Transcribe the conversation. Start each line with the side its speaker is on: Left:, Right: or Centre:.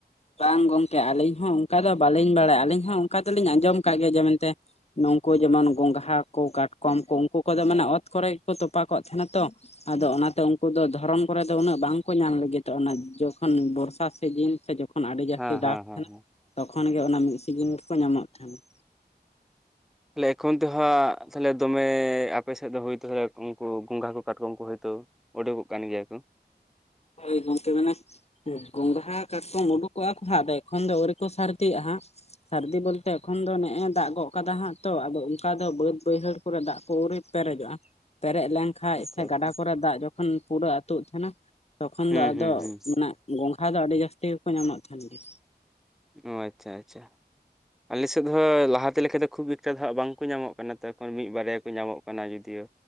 Left: ᱵᱟᱝ ᱜᱚᱝᱠᱮ ᱟᱹᱞᱤᱧ ᱦᱚᱸ ᱚᱱᱠᱟ ᱫᱚ ᱵᱟᱝᱤᱧ ᱵᱟᱲᱟᱭᱟ ᱟᱹᱞᱤᱧ ᱦᱚᱸ ᱚᱱᱠᱟ ᱫᱚᱞᱤᱧ ᱟᱸᱡᱚᱢ ᱠᱟᱜ ᱜᱮᱭᱟ ᱡᱮ ᱢᱮᱱᱛᱮ ᱱᱩᱝᱠᱩ ᱡᱮᱢᱚᱱ ᱜᱚᱝᱜᱷᱟ ᱠᱚ, ᱠᱟᱴᱠᱚᱢ ᱠᱚ, ᱩᱱᱠᱩ ᱠᱚᱫᱚ ᱢᱟᱱᱮ ᱚᱛ ᱠᱚᱨᱮ ᱜᱮᱠᱚ ᱛᱚᱯᱟ ᱠᱚᱜ ᱛᱟᱦᱮᱱᱟ ᱛᱚ ᱾ ᱟᱫᱚ ᱚᱱᱟᱛᱮ ᱩᱱᱠᱩ ᱫᱚ ᱫᱷᱚᱨᱚᱱ ᱠᱚᱨᱮ ᱫᱚ ᱩᱱᱟᱹᱜ ᱵᱟᱝᱠᱚ ᱧᱟᱢ ᱞᱟᱹᱜᱤᱫᱚᱜᱼᱟ ᱚᱱᱟ ᱡᱚᱠᱷᱚᱱ ᱵᱚᱨᱥᱟ ᱥᱤᱡᱤᱱ ᱥᱮ ᱡᱚᱠᱷᱚᱱ ᱛᱚᱠᱷᱚᱱ ᱟᱹᱰᱤ ᱡᱟᱹᱥᱛᱤ
Centre: ᱦᱮᱸ
Left: ᱫᱟᱜ
Centre: ᱦᱮᱸ
Left: ᱛᱟᱦᱮᱱᱟ
Centre: ᱦᱮᱸ ᱦᱮᱸ
Left: ᱛᱚᱠᱷᱚᱱ ᱜᱮ ᱚᱱᱟ ᱢᱤᱫ ᱥᱤᱡᱤᱱ ᱜᱮᱠᱚ ᱧᱟᱢᱚᱜ ᱛᱟᱦᱮᱱᱟ ᱾
Centre: ᱛᱟᱦᱮ ᱮᱠᱷᱚᱱ ᱛᱚ ᱦᱟᱸᱜ ᱛᱟᱦᱞᱮ ᱫᱚᱢᱮ ᱟᱯᱮ ᱥᱮᱫ ᱫᱚ ᱦᱳᱭᱛᱚ ᱛᱟᱦᱞᱮ ᱩᱱᱠᱩ ᱜᱚᱸᱜᱷᱟ ᱠᱚ ᱠᱟᱴᱠᱚᱢ ᱠᱚ ᱦᱳᱭᱛᱚ ᱩᱰᱩᱠᱚᱜ ᱠᱟᱱ ᱜᱮᱭᱟ ᱠᱚ ᱾
Left: ᱦᱳᱭ ᱜᱚᱝᱠᱮ ᱢᱟᱱᱮ ᱜᱚᱸᱜᱷᱟ, ᱠᱟᱴᱠᱚᱢ ᱩᱰᱩᱠᱚᱜᱼᱟ ᱠᱚ ᱦᱟᱸᱜ ᱟᱫᱚ ᱮᱠᱷᱚᱱ ᱫᱚ ᱟᱹᱣᱨᱤ ᱠᱚ ᱥᱟᱨᱫᱤᱜᱼᱟ ᱦᱟᱸᱜ ᱾ ᱥᱟᱹᱨᱫᱤ ᱵᱚᱞᱛᱮ ᱮᱠᱷᱚᱱ ᱫᱚ ᱱᱮᱜᱼ ᱮ ᱫᱟᱜ ᱜᱚᱜ ᱠᱟᱫᱟ ᱦᱟᱸᱜ ᱛᱚ ᱟᱫᱚ ᱚᱱᱠᱟ ᱫᱚ ᱵᱟᱹᱫ ᱵᱟᱹᱭᱦᱟᱹᱲ ᱠᱚᱨᱮ ᱫᱟᱜ ᱠᱚ ᱯᱣᱩᱨᱨᱤ ᱯᱮᱨᱮᱡᱚᱜᱼᱟ ᱯᱩᱨᱟ ᱫᱟᱜ ᱠᱚ ᱟᱣᱨᱤ ᱯᱮᱨᱮᱡᱚᱜᱼᱟ, ᱯᱮᱨᱮᱡ ᱞᱮᱱᱠᱟᱱᱡ
Centre: ᱟᱪᱪᱷᱟ
Left: ᱥᱮ
Centre: ᱟᱪᱪᱷᱟ
Left: ᱜᱟᱰᱟ ᱠᱚᱨᱮ ᱫᱟᱜ ᱡᱚᱠᱷᱚᱱ ᱯᱩᱨᱟᱹ ᱟᱹᱛᱩᱜ ᱛᱟᱦᱮᱱᱟ ᱛᱚᱠᱷᱚᱱ
Centre: ᱦᱩᱸ
Left: ᱫᱚ ᱟᱫᱚ
Centre: ᱦᱩᱸ ᱦᱩᱸ
Left: ᱢᱟᱱᱮ ᱜᱚᱝᱜᱷᱟ ᱫᱚ ᱟᱹᱰᱤ ᱡᱟᱹᱥᱛᱤ ᱜᱮᱠᱚ ᱧᱟᱢᱚᱜ ᱛᱟᱦᱮᱱ ᱜᱮᱭᱟ ᱾
Centre: ᱚ ᱟᱪᱪᱷᱟ ᱟᱪᱪᱷᱟ ᱾ ᱟᱞᱮ ᱥᱮᱫ ᱦᱚᱸ ᱞᱟᱦᱟᱛᱮ ᱞᱮᱠᱟ ᱫᱚ ᱠᱷᱩᱵ ᱮᱠᱴᱟ ᱫᱚ ᱦᱟᱸᱜ ᱵᱟᱝᱠᱚ ᱧᱟᱢᱚᱜ ᱠᱟᱱᱟ ᱛᱚ ᱮᱠᱷᱚᱱ ᱢᱤᱫ ᱵᱟᱨᱭᱟ ᱠᱚ ᱧᱟᱢᱚᱜ ᱠᱟᱱᱟ ᱡᱩᱫᱤᱭᱳ